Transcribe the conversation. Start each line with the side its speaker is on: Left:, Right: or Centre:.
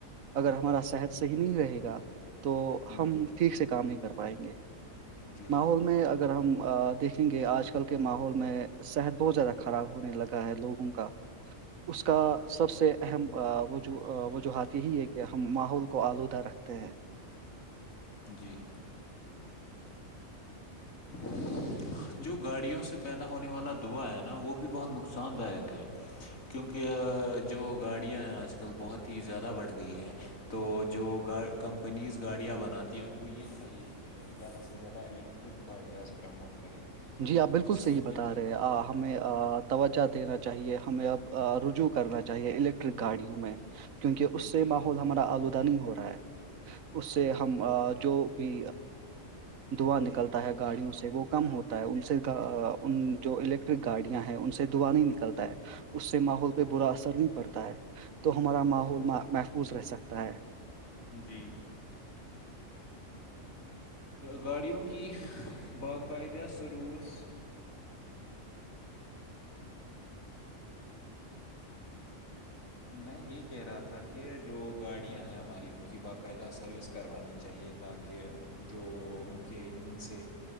Right: اگر ہمارا صحت صحیح نہیں رہے گا- تو
Left: جی
Right: ہم ٹھیک سے کام نہیں کر پائیں گے
Left: جی
Right: ماحول میں ا اگر ہم دیکھیں گے آج کل کے ماحول میں صحت بہت زیادہ خراب ہونے لگا ہے لوگوں کا اس کا سب سے اہمج وجوہات یہی ہے کہ ہم ماحول- کو آلودہ رکھتے ہیں-
Left: جی- <unintelligible> جو گاڑیوں سے پیدا ہونے والا دعا ہے نا وہ بھی بہت نقصان دایک ہے کیونکہ جو گاڑیاں ہیں آج کل بہت ہی زیادہ بڑھ گئی ہے- تو جو گا کمپنیز گاڑیاں بناتی ہیں ان کو یہ چاہیے کہ زیادہ سے زیادہ ال- ٹرپ گاڑی آز پ پرموٹ کرے
Right: جی آپ بالکل
Left: جس سے
Right: صحیح بتا
Left: کہ
Right: رہے آ ہمیں توجہ دینا چاہیے ہمیں اب رجوع کرنا چاہیے الیکٹرک گاڑیوں میں- کیونکہ اس سے
Left: جی
Right: ماحول ہمارا آلودہ نہیں ہو رہا ہے اس سے
Left: جی
Right: ہم جو- بھی دعا نکلتا ہے گاڑیوں سے وہ کم ہوتا- ان سے ان جو الیکٹرک گاڑیاں ہیں ان سے دعا نہیں نکلتا ہے- اس سے ماحول پہ برا اثر نہیں پڑتا ہے تو ہمارا ماحول محفوظ رہ سکتا ہے-
Left: جی- گاڑیوں کی باقاعدہ سروس- میں یہی کہہ رہا تھا کہ جو گاڑیاں ہیں ہماری ان کی باقاعدہ سروس کروانی چاہیے تھی- تاکہ جو ان کے ایندھن سے